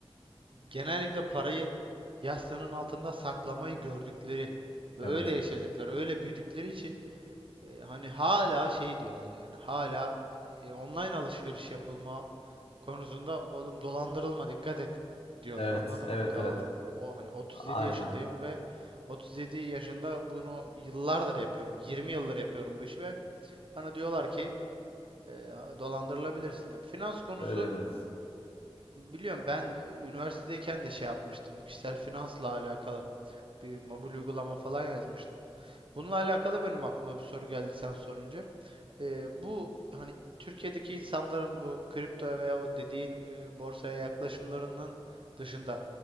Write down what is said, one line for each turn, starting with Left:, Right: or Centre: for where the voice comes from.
Right: genellikle parayı yastığının altında saklamayı gördükleri ve
Left: Evet.
Right: öyle yaşadıkları, öyle büyüdükleri için e, hani hala şey diyorlar yani hala e, online alışveriş yapılma konusunda oğlum dolandırılma dikkat et diyorlar
Left: Evet,
Right: anladın
Left: evet,
Right: mı? Kava-
Left: evet.
Right: O hani 37
Left: Aynen.
Right: yaşındayım ve 37 yaşında bunu yıllardır yapıyorum. 20 yıldır yapıyorum bu işi ve bana diyorlar ki e, dolandırılabilirsin. Ya, Finans konusu
Left: Öyle öyle.
Right: biliyorum ben e, üniversitedeyken de şey yapmıştım. Kişisel finansla alakalı bir mobil uygulama falan yazmıştım. Bununla alakalı benim aklıma bir soru geldi sen sorunca e, bu hani Türkiye'deki insanların bu kripto veya o dediğin e, borsaya yaklaşımlarının dışında